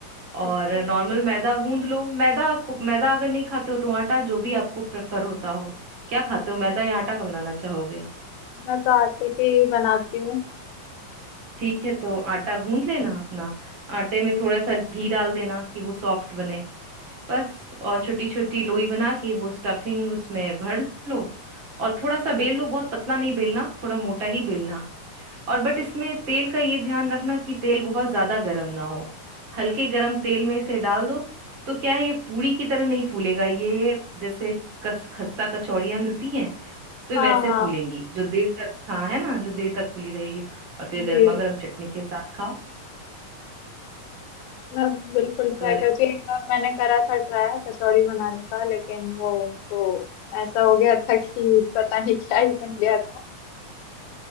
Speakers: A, on the right; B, on the left.
A: और
B: अच्छा
A: नॉर्मल मैदा गूंद लो मैदा आपको मैदा अगर नहीं खाते हो तो आटा जो भी आपको प्रेफर होता हो क्या खाते हो मैदा या आटा का बनाना चाहोगे
B: मैं तो आटे के ही बनाती हूँ
A: ठीक है तो आटा गूंद लेना अपना आटे
B: जी
A: में थोड़ा सा घी डाल देना कि वो सॉफ्ट बने बस और छोटी छोटी लोई बना के वो स्टफिंग उसमें भर लो और थोड़ा सा बेल लो बहुत पतला नहीं बेलना थोड़ा मोटा ही बेलना और बट इसमें तेल का ये ध्यान रखना कि तेल बहुत ज्यादा गर्म ना हो हल्के गर्म तेल में इसे डाल दो तो क्या है ये पूरी की तरह नहीं फूलेगा ये जैसे कस खस्ता कचौड़ियाँ मिलती हैं वे
B: हाँ
A: वैसे
B: हाँ
A: फूलेंगी जो देर तक हाँ है ना जो देर तक फूली रहेगी और फिर
B: जी
A: गर्मा गर्म चटनी के साथ खाओ
B: मैं बिल्कुल ट्राई
A: तो
B: करती हूँ एक बार मैंने करा था ट्राई कचौड़ी बनाने का लेकिन वो तो ऐसा हो गया था कि पता नहीं क्या ही बन गया था